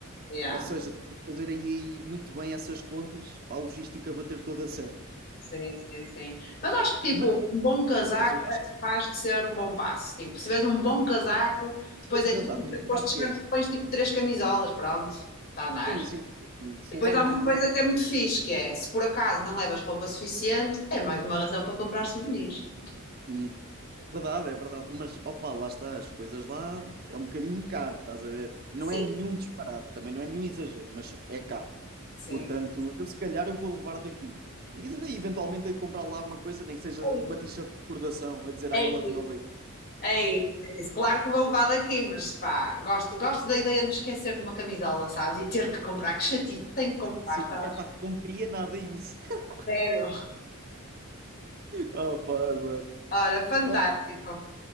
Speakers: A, on the left; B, on the right.
A: Yeah,
B: Ou seja, tu tens fazer aí muito bem essas contas para a logística bater toda certa.
A: sim, sim, sim. Mas acho que
B: Mas,
A: tipo, um bom casaco
B: mas eu acho
A: é
B: que se
A: capaz de ser um bom passo. Tipo, se tiveres um bom casaco, depois
B: for um
A: é
B: casaco,
A: tipo,
B: um
A: depois
B: casaco
A: de shirt,
B: quente,
A: depois tipo três camisolas, pronto, está a andar.
B: sim, sim, sim, sim. Se
A: Depois
B: levarmos
A: há uma
B: um bom.
A: coisa que é muito fixe, que é, se por acaso não levas roupa suficiente, é mais uma razão para comprar souvenirs.
B: Sim, é verdade, é verdade. Mas opa, lá está, as coisas lá é um bocadinho caro, estás a ver? Não
A: Sim,
B: é nenhum disparado, também não é nenhum exagero, mas é caro.
A: sim.
B: Portanto, eu se calhar eu vou levar daqui. Mas eu eventualmente hei de comprar lá uma coisa, nem que seja
A: É,
B: uma t-shirt de recordação a dizer I
A: isso.
B: love Nova York.
A: é isso, é isso. Claro que vou levar daqui, mas pá, gosto, gosto da ideia de me esquecer de uma camisola, sabes? E ter que comprar, que chatice, tenho que comprar,
B: Sim,
A: sabes?
B: é pá, que não queria nada isso. <laughs>
A: Zero.
B: Oh, pá, mano.
A: Olha, fantástico.
B: Ah,